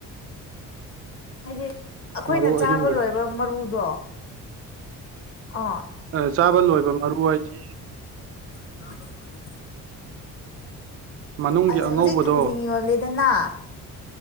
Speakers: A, on the left; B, on the right.
A: ꯍꯥꯏꯗꯤ ꯑꯩꯈꯣꯏꯅ
B: ꯃꯔꯨ
A: ꯆꯥꯕ
B: ꯑꯍꯤꯡꯕꯗꯣ
A: ꯂꯣꯏꯕ ꯃꯔꯨꯗꯣ ꯑ
B: ꯆꯥꯕ ꯂꯣꯏꯕ ꯃꯔꯨ ꯍꯥꯏꯗꯤ
A: ꯆꯥ
B: ꯃꯅꯨꯡꯒꯤ
A: ꯍꯧꯖꯤꯛ
B: ꯑꯉꯧꯕꯗꯣ
A: ꯊꯥꯡꯖꯤꯡ ꯌꯣꯜꯂꯦꯗꯅ